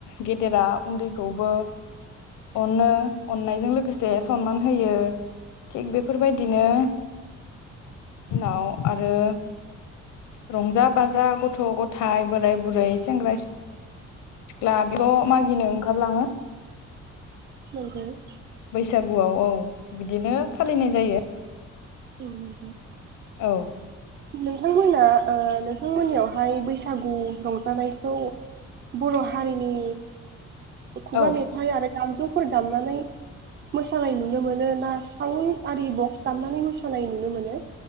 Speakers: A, on the left (about 80°); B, on the right (about 35°).
A: गेदेरा उन्दैखौबो अनो अननायजों लोगोसे सनमान होयो थिग बेफोरबायदिनो उनाव आरो रंजा बाजा ग गथ' गथाय बोराय बुरै सेंग्रा सिख सिख्ला बेखौ मागिनो ओंखारलाङो
B: <inaudible>
A: बैसागुआव औ बिदिनो फालिनाय जायो
B: <inaudible>
A: औ
B: नोंथांमोना ओ नोंथांमोननियावहाय बैसागु रंजानायखौ बर' हारिनि खुगा
A: औ
B: मेथाइ आरो दामजुफोर दामनानै मोसानाय नुनो मोनो ना साउनआरि बक्स दामनानै मोसानाय नुनो मोनो